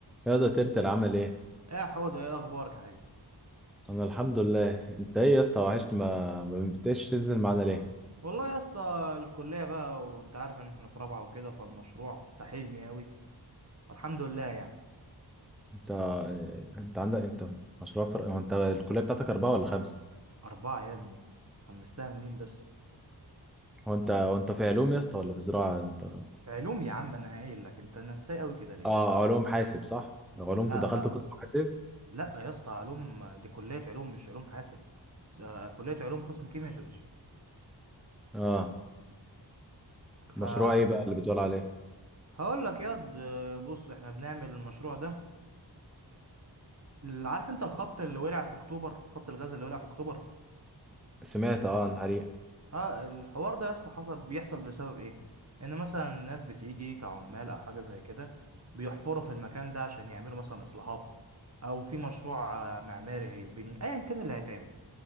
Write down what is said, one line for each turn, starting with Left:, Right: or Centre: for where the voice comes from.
Centre: يا ده ترتر عمل ايه
Right: ايه يا حوده ايه اخبارك يا حبيبي
Centre: انا الحمد لله انت ايه يا اسطى وحشني ما ما بتبقاش تنزل معانا ليه
Right: والله يا اسطى الكليه بقى وانت عارف ان احنا في رابعه وكده فالمشروع ساحلني قوي والحمد لله يعني
Centre: انت انت عندك انت مشروع فرق هو انت الكليه بتاعتك اربعه ولا خمسه
Right: اربعه يا ابني خمستها منين بس
Centre: هو انت هو انت في علوم يا اسطى ولا في زراعه انت
Right: في علوم يا عم انا قايل لك انت نساي قوي كده ليه
Centre: اه علوم حاسب صح علوم
Right: لا
Centre: في دخلت
Right: لا
Centre: قسم حاسب
Right: لا يا اسطى علوم دي كليه علوم مش علوم حاسب ده كليه علوم قسم كيمياء جيولوجي
Centre: اه
Right: فهقول
Centre: مشروع ايه بقى اللي بتقول عليه
Right: لك ياض بص احنا بنعمل المشروع ده عارف انت الخط اللي ولع في اكتوبر خط الغاز اللي ولع في اكتوبر
Centre: سمعت اه عن حريق
Right: اه الحوار ده يا اسطى حصل بيحصل بسبب ايه ان مثلا ناس بتيجي كعمال او حاجه زي كده بيحفروا في المكان ده عشان يعملوا مثلا اصلاحات او في مشروع آه، معماري هيتبني ايا كان اللي هيتعمل